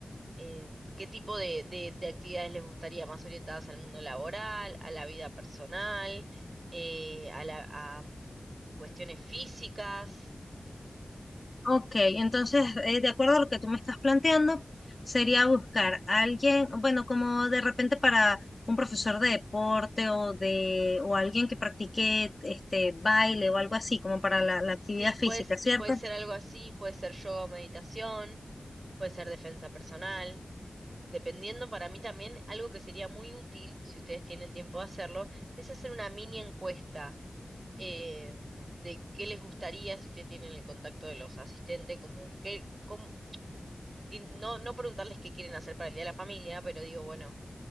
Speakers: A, on the right (about 55°); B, on the left (about 40°).
A: em, ¿qué tipo de, de, de actividades les gustaría más orientadas al mundo laboral, a la vida personal, eh, a la, a mm, cuestiones físicas?
B: Ok, entonces, eh, de acuerdo a lo que tú me estás planteando, sería buscar a alguien, bueno, como de repente para un profesor de deporte o de, o alguien que practique este baile o algo así, como para la, la actividad
A: Sí,
B: física,
A: puedes,
B: ¿cierto?
A: puede ser algo así, puede ser yoga o meditación, puede ser defensa personal. Dependiendo para mí también, algo que sería muy útil, si ustedes tienen tiempo de hacerlo, es hacer una mini encuesta em, de qué les gustaría si ustedes tienen el contacto de los asistentes, como qué, cómo- y no, no preguntarles qué quieren hacer para el Día de la Familia, pero digo, bueno.